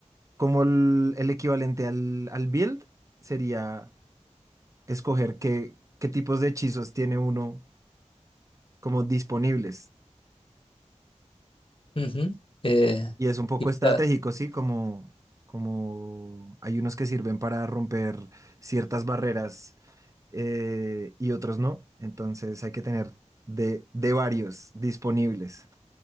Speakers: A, on the right; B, on the left.
A: como el, el equivalente al, al build sería escoger qué, qué tipos de hechizos tiene uno como disponibles.
B: ujú. Eh,
A: Y es un poco
B: y esa-
A: estratégico, ¿sí? Como, como hay unos que sirven para romper ciertas barreras eh, y otros no. Entonces hay que tener de, de varios disponibles.